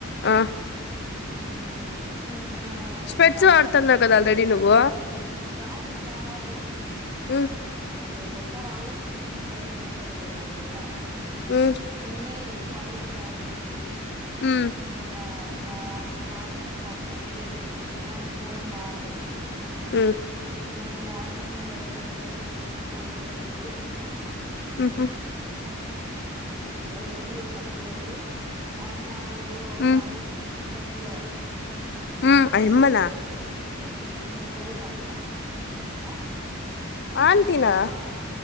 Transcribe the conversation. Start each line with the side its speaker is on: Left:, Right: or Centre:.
Left: ఆ
Right: మ్ మ్నా ఇంక
Left: స్పెట్స్
Right: టాబ్లెట్స్
Left: వాడుతున్నావు
Right: ఏసు
Left: కదా ఆల్రెడీ నువ్వు
Right: దానికి కాదు
Left: ఉ
Right: అది ఒగొసారి ఆలోచిస్తే నాకు తల నొస్తుంది లే దానికి పోయినా
Left: ఉ
Right: నిన్నే కాలేజీకి రావాల్సి అంది
Left: ఉ
Right: నిన్న ఉన్నా మార్నింగ్ కానీ నాకు హాస్పిటల్ లేట్ అయిపోయింది మ నేను పోను మా అని చెప్తి
Left: ఉ
Right: మళ్ళా మార్నింగ్ త్రీ థర్టీకి లేసి ఫోర్ బస్ ఎక్కి వచ్చినా
Left: హహ
Right: ఊ అది వచ్చిందేది పక్కన పెడితే ఆయ మా ఎవరో
Left: ఉ
Right: తాగేసింది బస్ లో
Left: మ్మ్
Right: నా
Left: అయమ్మనా
Right: మీంద కూర్చునేసింది వచ్చి నేను నిద్రపోతాన్నా ఆ
Left: ఆంటి నా
Right: ఆ